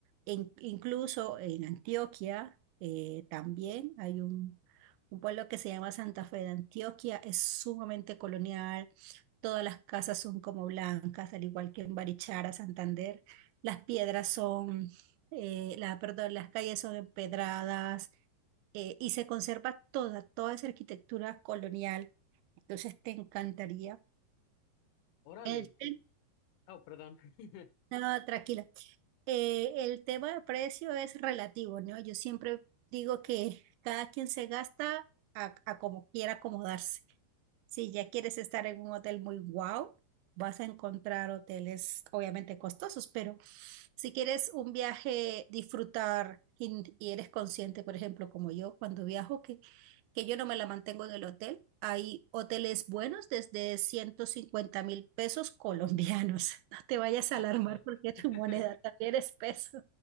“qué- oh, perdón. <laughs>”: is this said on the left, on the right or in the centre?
Left